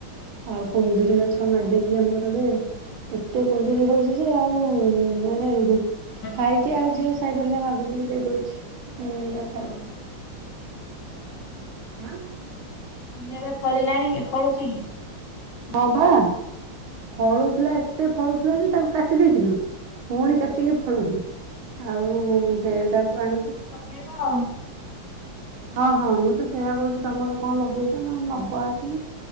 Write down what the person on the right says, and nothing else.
ଆଉ କୁନ୍ଦୁରି ଗଛ ମାଡିଚି ଆମର ଜେ ଏତେ କୁନ୍ଦୁରି ହୋଉଚି ଯେ ଆଉ ମାନେ
ଖାଇକି ଆଉ ଯିଏ ସାଇ ପଡିସା ମାଗୁଚି ଦେଇ ଦୋଉଚି ହୁଁ।
ଆଁ।
ହବା ଫଳୁ ଥିଲା ଏତେ ଫଳୁଥିଲା ଯେ ତାକୁ କାଟି ଦେଇଥିଲୁ ପୁଣି
କାଟିକି ଫଳୁଚି ଆଉ ସେ ତାକୁ ଆଣୁଚୁ।
ହଁ ହଁ ମୁଁ ତ ସେଇୟା କୋଉଚି ତମର କଣ ଲଗେଇଛ ନା ନବ ଆସିକି।